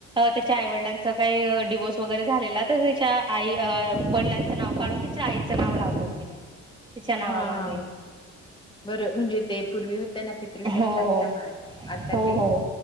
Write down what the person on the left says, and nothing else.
हा बरं म्हणजे ते पूर्वी होते ना पितृसत्ताक
समाज आता ते